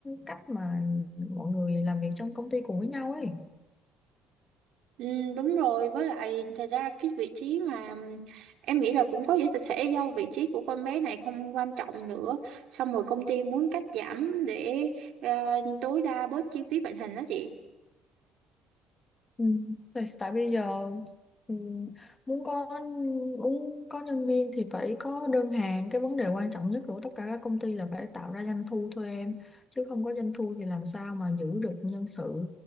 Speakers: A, on the left; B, on the right.
A: cách mà mọi người làm việc trong công ty cùng với nhau ấy
B: ừ, đúng rồi với lại thật ra cái vị trí mà ừm, em nghĩ là cũng có thể thể do vị trí của con bé này không quan trọng nữa xong rồi công ty muốn cắt giảm để à, tối đa bớt chi phí vận hành đó chị
A: Ừ. Tại tại bây giờ ừ, muốn có muốn có nhân viên thì phải có đơn hàng cái vấn đề quan trọng nhất của tất cả các công ty là phải tạo ra doanh thu thôi em chứ không có doanh thu thì làm sao mà giữ được nhân sự